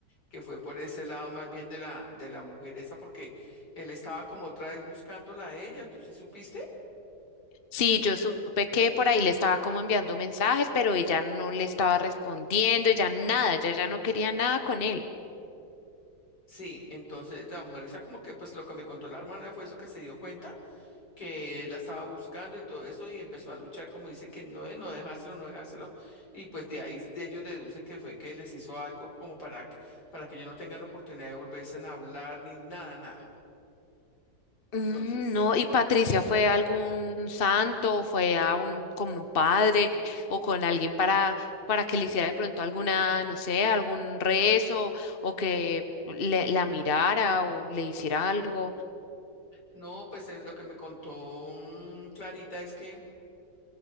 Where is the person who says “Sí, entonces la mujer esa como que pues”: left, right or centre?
Left